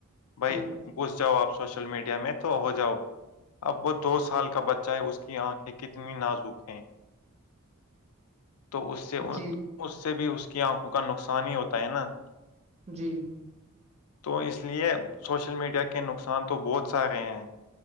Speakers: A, on the left (about 85°); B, on the right (about 30°).
A: بھائی
B: جی
A: گھس جاؤ آپ سوشل میڈیا میں تو ہو جاؤ اب وہ دو سال کا بچہ چاہے اس کی آنکھیں کتنی نازک ہیں تو اس سے
B: جی
A: اس سے بھی اس کی آنکھوں کا نقصان ہی ہوتا ہے نا
B: جی
A: تو اس لیے سوشل میڈیا کے نقصان تو بہت سارے ہیں